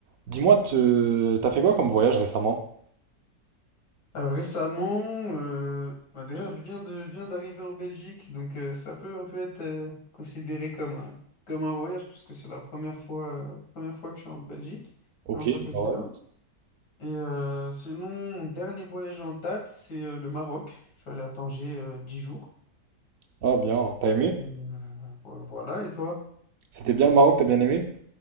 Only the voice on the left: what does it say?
Alors récemment, euh, bah, déjà je viens de, je viens d'arriver en Belgique, donc euh, ça peut un peu être euh, considéré comme, un- comme un voyage, puisque c'est la première fois, euh, première fois que je suis en Belgique,
première fois que je
viens. Et euh, sinon, mon dernier voyage en date, c'est euh, le Maroc. Je suis allé à Tanger euh, 10 jours.
Et, euh, vo- voilà, et toi?